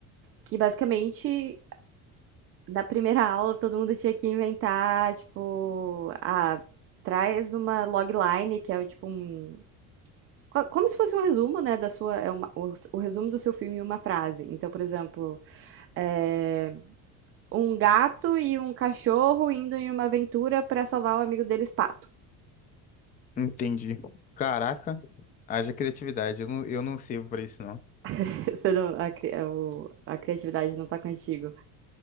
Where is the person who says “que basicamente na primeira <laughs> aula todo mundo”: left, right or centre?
Right